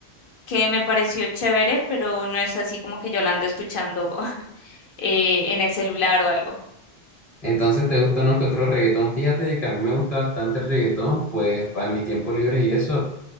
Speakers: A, on the left; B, on the left.
A: que me pareció chévere, pero no es así como que yo la ando escuchando <laughs> eh, en el celular o algo.
B: Entonces, ¿te gusta uno que otro reggaetón? Fíjate de que a mí me gusta bastante el reggaetón, pues para mi tiempo libre y eso,